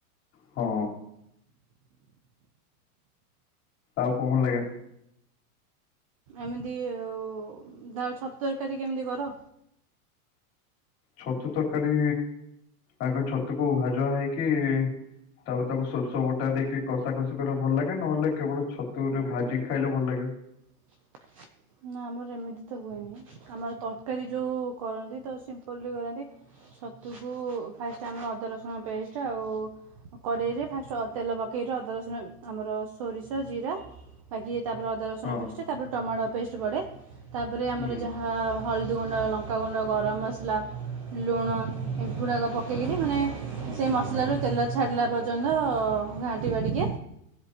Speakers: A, on the left; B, on the right.
A: ହଁ। ଆଉ କଣ ଭଲ ଲାଗେ?
B: ଏମିତି ଆଉ ଦା ଛତୁ ତରକାରୀ କେମିତି କର?
A: ଛତୁ ତରକାରୀ ଆଗ ଛତୁକୁ ଭଜା ହେଇକି ତାପରେ ତାକୁ ସୋରିଷ ବଟା ଦେଇକି କଷା କଷି କରିଲେ ଭଲ ଲାଗେ। ନହେଲେ କେବଳ ଛତୁରେ ଭାଜିକି ଖାଇଲେ ଭଲ ଲାଗେ। <inaudible>
B: <inaudible> ନା ଆମର ଏମିତି ତ ହୁଏନି। ଆମର ତରକାରୀ ଯୋଉ କରନ୍ତି ତ ସିମ୍ପୁଲ୍‌ଲି କରନ୍ତି। ଛତୁକୁ ଫାଷ୍ଟ ଆମର ଅଦା ରସୁଣ ପେଷ୍ଟ ଆଉ କରେଇରେ ଫାଷ୍ଟ ଅ ତେଲ ପକେଇରି ଅଦା ରସୁଣ ଆମର ସୋରିଷ ଜିରା ବାକି ତାପରେ ଅଦା ରସୁଣ
A: ହଁ
B: ପେଷ୍ଟ ତାପରେ ଟମାଟୋ ପେଷ୍ଟ ପଡେ। ତାପରେ ଆମର
A: ହୁଁ
B: ଯାହା ହଳଦୀଗୁଣ୍ଡ ଲଙ୍କାଗୁଣ୍ଡ ଗରମ ମସଲା। ଲୁଣ ଏଗୁଡାକ ପକେଇକିରି ମାନେ ସେ ମସଲାରୁ ତେଲ ଛାଡିଲା ପର୍ଯ୍ୟନ୍ତ ଅ ଘାଣ୍ଟିବା ଟିକେ